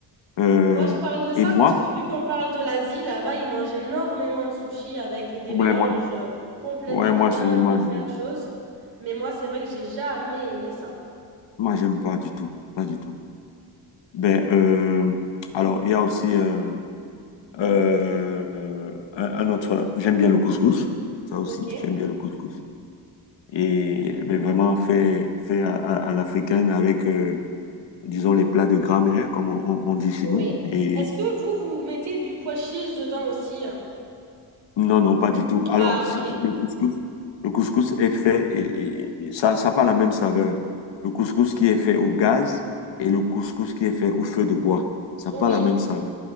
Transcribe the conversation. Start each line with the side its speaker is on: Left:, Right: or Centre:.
Left: Euh,
Right: Moi, je parle de ça
Left: et moi,
Right: parce que vu qu'on parle de l'Asie, là-bas, ils mangent énormément de sushis avec des
Left: Ouais,
Right: mélanges
Left: moi,
Right: euh, complètement
Left: ouais, moi,
Right: dingues
Left: je, moi,
Right: et plein
Left: je,
Right: de choses. Mais moi, c'est vrai que j'ai jamais aimé ça.
Left: moi, j'aime pas du tout, pas du tout. Ben, euh, alors, il y a aussi euh, euh, euh, un, un autre, j'aime bien le couscous, ça aussi,
Right: Ok,
Left: j'aime bien le couscous. Et ben, vraiment fait, fait à, à- à l'africaine avec, euh, disons, les plats de grammaire, comme on, on- on dit chez nous.
Right: oui.
Left: Et
Right: Est-ce que vous, vous mettez du pois chiche dedans aussi? hein
Left: Non, non, pas du tout. Alors,
Right: Ah,
Left: c'est-
Right: ok.
Left: le couscous, le couscous est fait et, et- et ça, ça n'a pas la même saveur. Le couscous qui est fait au gaz et le couscous qui est fait au feu de bois, ça
Right: Oui,
Left: n'a pas la même saveur.